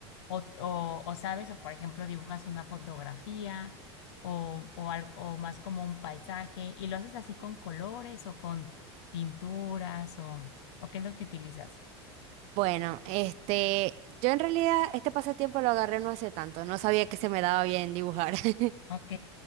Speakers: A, on the left; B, on the right.
A: O, o, o sabes, o por ejemplo, dibujas una fotografía o, o, al- o más como un paisaje y lo haces así con colores o con pinturas o, o qué es lo que utilizas.
B: Bueno, este, yo en realidad este pasatiempo lo agarré no hace tanto, no sabía que se me daba bien dibujar. <laughs>
A: Ok,